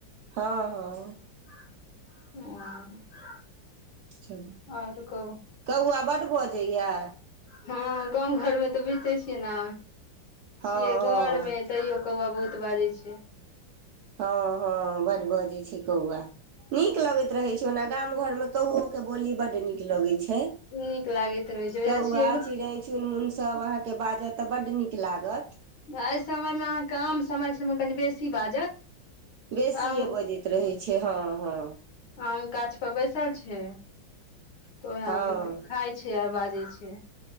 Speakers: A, on the right (about 70°); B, on the left (about 85°).
A: हँ हँ
B: <inaudible>
A: चलू
B: आओर कहू
A: कौआ बड्ड बजैय ए
B: हँ गाँव घर मे तऽ बुझिते छियै ने
A: हँ
B: छियै
A: हँ
B: घर मे तैयो कौआ बहुत बाजै छै
A: हँ हँ बड बजे छै कौआ नीक लगैत रहे छै ओना गाम घर मे कौओ के बोली बड नीक नीक लगै छै
B: नीक लागैत रहै छै उएह
A: कौआ
B: छियै एगो
A: चिड़ैय चुनमुन सब अहाँके बाजत तऽ बड्ड नीक लागत
B: एहि समयमे अहाँकेँ आम समय सममे कनि बेसी बाजत
A: बेसियए
B: आम
A: बजैत रहै छै हँ हँ
B: आम गाछ परे बैसल छै तऽ ओएह
A: हँ
B: खाय छै और बाजै छै